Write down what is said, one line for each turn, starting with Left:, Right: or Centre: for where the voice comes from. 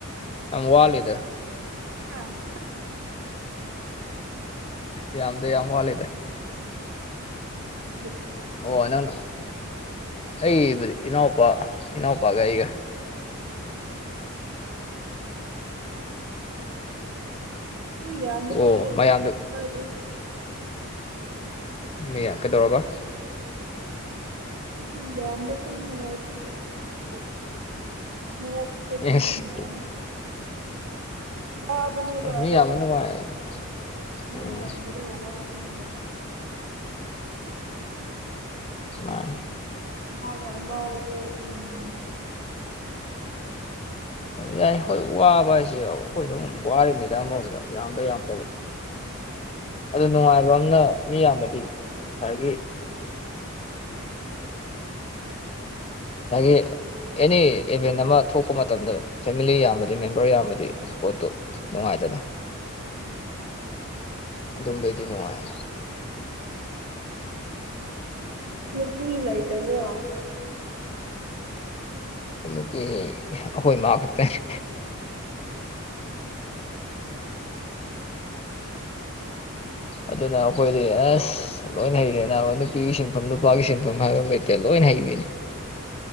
Left: ꯌꯥꯝ ꯋꯥꯂꯤꯗ
Right: ꯑ
Left: ꯌꯥꯝꯗ ꯌꯥꯝ ꯋꯥ ꯂꯩꯗ
Right: ꯍꯥꯏ
Left: ꯑꯣ ꯅꯪꯅ ꯑꯩꯕꯨꯗꯤ ꯏꯅꯥꯎꯄꯥ ꯏꯅꯥꯎꯄꯥꯒ ꯑꯩꯒ
Right: ꯎꯝ ꯍ ꯌꯥꯝꯝꯕꯁ
Left: ꯑꯣ
Right: ꯅꯤꯡ
Left: ꯃꯌꯥꯝꯗꯨ
Right: ꯈꯔꯕꯤ
Left: ꯃ ꯌꯥ ꯀꯩꯗꯧꯔꯕꯕ
Right: ꯎꯝ ꯑꯝꯕꯁꯅꯅꯨꯡ ꯃꯛꯇꯅ ꯃꯉ
Left: ꯑꯦꯁ
Right: ꯋꯥꯕꯅꯦꯕ
Left: ꯑꯦ ꯃꯤ
Right: ꯑꯗꯣ
Left: ꯌꯥꯝꯕ ꯅꯨꯡꯉꯥꯏꯕꯅꯤ
Right: ꯃꯤ
Left: ꯎꯝ
Right: ꯌꯥꯝꯕꯗ ꯋꯥꯕꯅꯦꯕ
Left: ꯃꯥ
Right: ꯑꯃꯒꯃꯒꯗ ꯎꯝ
Left: ꯌꯥꯏ ꯍꯣꯏ ꯋꯥꯕ ꯍꯥꯏꯁꯦ ꯑꯩꯈꯣꯏ ꯁꯨꯝ ꯋꯥꯔ ꯃꯦꯗꯥ ꯑꯃꯔꯣꯝꯗ ꯌꯥꯝꯕ ꯌꯥꯝꯗꯕ ꯑꯗꯨ ꯅꯨꯡꯉꯥꯏꯕ ꯑꯃꯝꯅ ꯃꯤ ꯌꯥꯝꯕꯗꯤ ꯉꯁꯥꯏꯒꯤ ꯦ ꯑꯦꯅꯤ ꯏꯚꯦꯟ ꯑꯃ ꯊꯣꯛꯄ ꯃꯇꯝꯗ ꯐꯦꯃꯤꯂꯤ ꯌꯥꯝꯕꯗꯤ ꯃꯦꯝꯕꯔ ꯌꯥꯝꯕꯗꯤ ꯄꯣꯠꯇꯨ ꯅꯨꯡꯉꯥꯏꯇ
Right: ꯎꯝ ꯅꯨꯡꯉꯥꯏꯕꯨꯗꯤ
Left: ꯑꯗꯨꯝꯕꯩꯗꯤ ꯅꯨꯡꯉꯥꯏ
Right: ꯅꯣꯏ ꯅꯨꯄꯤ ꯂꯩꯇꯕ꯭ꯔꯣ
Left: ꯅꯨꯄꯤ ꯑꯩꯈꯣꯏ ꯏꯃꯥ ꯈꯛꯇꯅꯦ
Right: ꯎꯝ
Left: ꯑꯗꯨꯅ ꯑꯩꯈꯣꯏꯗꯤ ꯑꯁ ꯂꯣꯏ ꯍꯩꯔꯦ ꯅꯨꯄꯤꯒꯤ ꯁꯤꯟꯐꯝ ꯅꯨꯄꯥꯒꯤ ꯁꯤꯟꯐꯝ ꯍꯥꯏꯕ ꯂꯩꯇꯦ ꯂꯣꯏ ꯍꯥꯏꯅꯦ